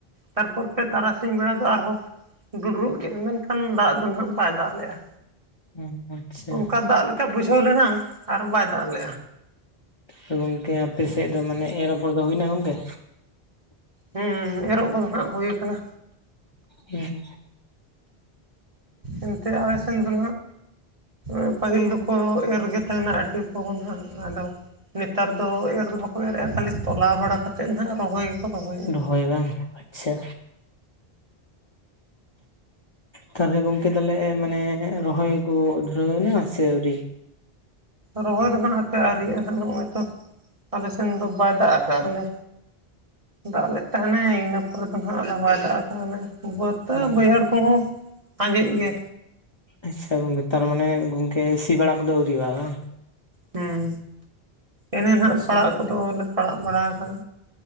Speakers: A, on the right (about 35°); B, on the left (about 35°).
A: ᱛᱟᱨᱯᱚᱨᱮ ᱛᱟᱨᱟᱥᱤᱧ ᱵᱮᱲᱟ ᱫᱚ ᱟᱨᱦᱚᱸ ᱰᱩᱰᱨᱩᱜ ᱠᱼᱟ ᱢᱮᱱᱠᱷᱟᱱ ᱫᱟᱜ ᱫᱚ ᱦᱟᱸᱜ ᱵᱟᱭ ᱫᱟᱜ ᱞᱮᱜᱼᱟ
B: ᱦ <unintelligible>
A: ᱚᱱᱠᱟ
B: ᱟᱪᱪᱷᱟ
A: ᱫᱟᱜ ᱞᱮᱠᱟ ᱵᱩᱡᱷᱟᱹᱣ ᱞᱮᱱᱟ ᱟᱨ ᱵᱟᱭ ᱫᱟᱜ ᱞᱮᱜᱼᱟ
B: ᱦᱮᱸ ᱜᱚᱝᱠᱮ ᱟᱯᱮ ᱥᱮᱫ ᱫᱚ ᱢᱟᱱᱮ ᱮᱨ ᱨᱚᱯᱚᱨ ᱫᱚ ᱦᱩᱭᱱᱟ ᱜᱚᱝᱠᱮ
A: ᱦᱩᱸ ᱮᱨᱚᱜ ᱠᱚᱫᱚ ᱱᱟᱦᱜ ᱦᱩᱭ ᱠᱟᱱᱟ
B: ᱦᱮᱸ
A: ᱮᱱᱛᱮᱮᱫ ᱟᱞᱮ ᱥᱮᱱ ᱫᱚ ᱟᱸᱜ ᱯᱟᱹᱦᱤᱞ ᱫᱚᱠᱚ ᱮᱨᱜ ᱛᱟᱦᱮᱱᱟ ᱟᱹᱰᱤ ᱯᱦᱚᱱ ᱦᱟᱸᱜ ᱟᱫᱚ ᱱᱮᱛᱟᱨ ᱫᱚ ᱮ ᱫᱚ ᱵᱟᱠᱚ ᱮᱨᱜᱼᱟ ᱠᱷᱟᱹᱞᱤ ᱛᱚᱞᱟ ᱵᱟᱲᱟ ᱠᱟᱛᱮᱫ ᱱᱟᱦᱟᱜ ᱨᱚᱦᱚᱭ ᱜᱮᱠᱚ ᱨᱚᱦᱚᱭᱮᱜᱼᱟ
B: ᱫᱚᱦᱚᱭ ᱵᱟᱝ ᱟᱪᱪᱷᱟ ᱛᱟᱦᱞᱮ ᱜᱚᱝᱠᱮ ᱛᱟᱞᱮ ᱢᱟᱱᱮ ᱨᱚᱦᱚᱭ ᱠᱚ ᱫᱷᱩᱨᱟᱹᱣ ᱮᱱᱟ ᱥᱮ ᱟᱹᱣᱨᱤ
A: ᱨᱚᱦᱚᱭ ᱫᱚ ᱦᱟᱸᱜ ᱦᱟᱯᱮ ᱟᱹᱮᱜᱼᱟ ᱦᱟᱸᱜ ᱱᱚᱜᱼᱚᱭ ᱛᱚ ᱟᱞᱮ ᱥᱮᱱ ᱫᱚ ᱵᱟᱭ ᱫᱟᱜ ᱟᱠᱟᱫ ᱟᱱᱮ ᱫᱟᱜ ᱞᱮᱫ ᱛᱟᱦᱮᱱᱟᱭ ᱤᱱᱟᱹ ᱯᱚᱨᱮ ᱫᱚ ᱦᱟᱸᱜ ᱟᱫᱚ ᱵᱟᱭ ᱫᱟᱜ ᱛᱟᱦᱮᱱᱟ ᱵᱟᱹᱚᱛ
B: ᱚ
A: ᱵᱟᱹᱭᱦᱟᱹᱲ ᱠᱚᱦᱚᱸ ᱟᱸᱡᱮᱫ ᱜᱮ
B: ᱟᱪᱪᱷᱟ ᱜᱚᱝᱠᱮ ᱛᱟᱨ ᱢᱟᱱᱮ ᱜᱚᱝᱠᱮ ᱥᱤ ᱵᱟᱲᱟ ᱠᱚᱫᱚ ᱟᱹᱣᱨᱤᱼᱟ ᱵᱟᱝ
A: ᱦᱮᱸ ᱮᱱᱮ ᱱᱟᱦᱜ
B: ᱟᱪᱪᱷᱟ
A: ᱯᱟᱲᱟᱜ ᱠᱚᱫᱚᱞᱮ ᱯᱟᱲᱟᱜ ᱵᱟᱲᱟ ᱠᱟᱜ